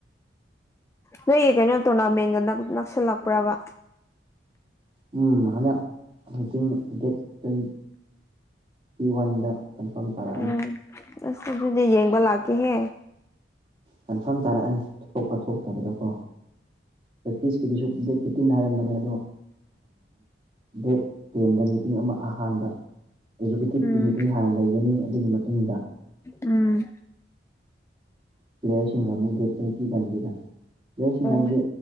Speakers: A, on the left; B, on the right.
A: ꯅꯣꯏꯒꯤ ꯀꯩꯅꯣ ꯇꯣꯔꯅꯥꯃꯦꯟꯒ ꯅꯛꯁꯜꯂꯛꯄ꯭ꯔꯕ
B: ꯎꯝ ꯍꯟꯗꯛ ꯃꯤꯇꯤꯡ ꯗꯦꯠ ꯇ꯭ꯋꯦꯟ ꯫ ꯄꯤ ꯋꯥꯟꯗ ꯀꯟꯐꯥꯝ ꯇꯥꯔꯛꯑꯅꯤ꯫
A: ꯎꯝ ꯑꯁ ꯑꯗꯨꯗꯤ ꯌꯦꯡꯕ ꯂꯥꯛꯀꯦꯍꯦ꯫
B: ꯀꯟꯐꯥꯔꯝ ꯇꯥꯔꯛꯑꯅꯤ ꯊꯣꯛꯄ ꯊꯣꯛꯇꯕꯗꯀꯣ ꯄ꯭ꯔꯦꯛꯇꯤꯁꯀꯤꯗꯨꯁꯨ ꯐꯤꯐꯇꯤꯟ ꯍꯥꯏꯔꯝꯕꯅꯦ ꯑꯗꯣ ꯗꯦꯠ ꯇꯦꯟꯗ ꯃꯤ꯫ ꯃꯤꯇꯤꯡ ꯑꯃ ꯑꯍꯥꯟꯕ ꯑꯦꯖꯨꯀꯦꯇꯤꯞꯀꯤ
A: ꯎꯝ
B: ꯃꯤꯇꯤꯡ ꯍꯥꯟꯅ ꯂꯩꯒꯅꯤ ꯑꯗꯨꯒꯤ ꯃꯇꯨꯡꯗ
A: ꯎꯝ
B: ꯄ꯭ꯂꯦꯌꯔꯁꯤꯡꯒ ꯑꯃꯕꯨꯨꯗꯤ ꯇꯀꯤ ꯀꯟꯗꯗ ꯄ꯭ꯂꯦꯌꯔꯁꯤꯡ
A: ꯎꯝ
B: ꯍꯥꯏꯗꯤ